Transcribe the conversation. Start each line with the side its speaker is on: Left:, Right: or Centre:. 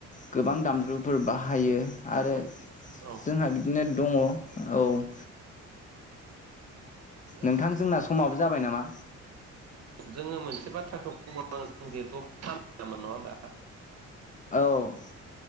Left: गोबां दामजुफोर बाहायो आरो
Right: औ औ
Left: जोंहा बिदिनो दङ औ
Right: दा
Left: नोंथां जोंना समाबो जाबाय नामा?
Right: जोङो मोनसे बाथ्राखौ बुंबावनांगोन जों जिहेथु खाम दामो नङा होमबा
Left: औ